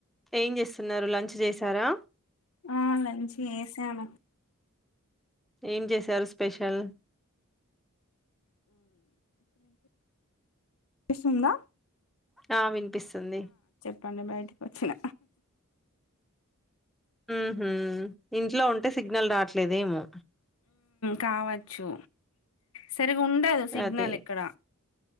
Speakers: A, in the centre; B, on the left.
A: ఏం చేస్తున్నారు లంచ్ చేసారా
B: ఆ లంచ్ వేసను
A: ఏం చేశారు స్పెషల్
B: ఫసుంంద
A: ఆ వినిపిస్తుంది
B: పండ బయటికి వచ్చిన
A: ఉహ ఇంట్లో ఉంటే సిగ్నల్ రాట్లేదేమో
B: కావచ్చు సరి్ ఉండదు సిగ్నల్
A: అదే
B: ఇక్కడ